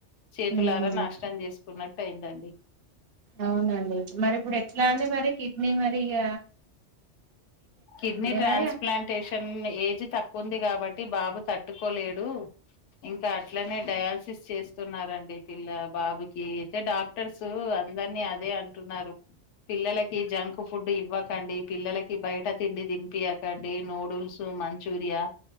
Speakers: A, on the left; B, on the right.
A: చేతులారా
B: ఉహు
A: నాశనం చేసుకున్నట్టు అయిందండి <inaudible>
B: అవునండి మరి ఇప్పుడు ఎట్లా అండి మరి కిడ్నీ మరి య
A: కిడ్నీ ట్రాన్స్ప్లాంటేషన్
B: మరి
A: ఏజ్ తక్కువ ఉంది కాబట్టి బాబు తట్టుకోలేడు ఇంకా అట్లనే డయాల్సి చేస్తున్నారండి పిల్ల బాబుకి అయితే డాక్టర్స్ అందరినీ అదే అంటున్నారు పిల్లలకి జంక్ ఫుడ్ ఇవ్వకండి పిల్లలకి బయట తిండి తినిపియాకండి నూడుల్స్ మంచూరియా